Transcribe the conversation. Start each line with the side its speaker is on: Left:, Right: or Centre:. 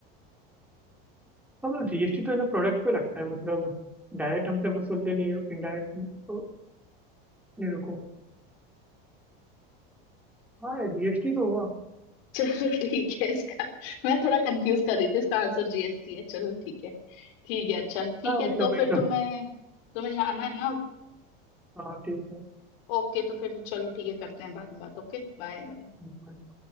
Centre: हाँ, मतलब जीएसटी तो है ना प्रोडक्ट पे लगता है मतलब डायरेक्ट हमसे वसूलते नहीं है, इनडायरेक्ट तो नहीं रुको हाँ यार जीएसटी तो हुआ
Left: चलो ठीक है इसका मैं थोड़ा कंफ्यूज कर रही थी इसका आंसर जीएसटी है चलो ठीक है ठीक है अच्छा ठीक
Centre: हाँ
Left: है
Centre: मतलब
Left: तो फिर
Centre: वही तो
Left: तुम्हें तुम्हें जाना है ना
Centre: हाँ ठीक है
Left: ओके तो फिर चलो ठीक है करते हैं बाद में बात Okay bye bye
Centre: हाँ,